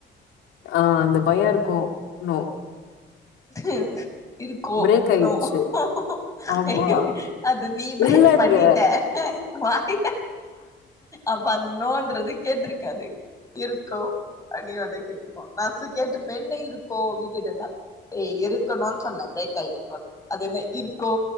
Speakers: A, on the left; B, on the left.
A: அ அந்த பயோ இருக்கு னு
B: ஹ்ம் இருக்கோ
A: பிரேக் ஆயிடுச்சு.
B: நோஅது
A: ஆமா.
B: நீ ப்ரேக்
A: இல்லங்க.
B: பண்ணிட்ட வாய்ய அப்ப நோ ன்றது கேட்ருக்காது இருக்கு அ நீ வந்து கேட்ருக்கு நா கேட்ருப்பே என்னை இரு கோ அப்டி கேட்ருந்தே ஏ இருக்கணுனு சொன்னே ப்ரேக் ஆய்ட்டு கொஞ்சோ அது என்ன இருக்கோ